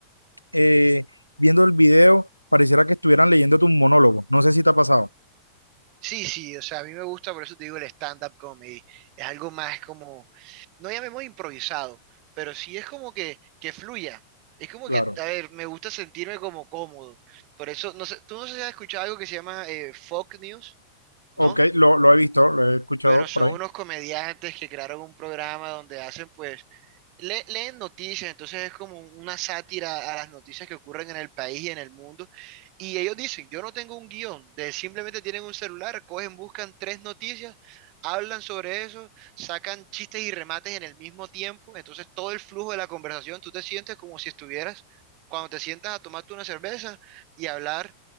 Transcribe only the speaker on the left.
eh, viendo el video, pareciera que estuvieran leyendo tu monólogo. No sé si te ha pasado.
Claro.
Ok, lo, lo he visto, lo he escuchado
por ahí.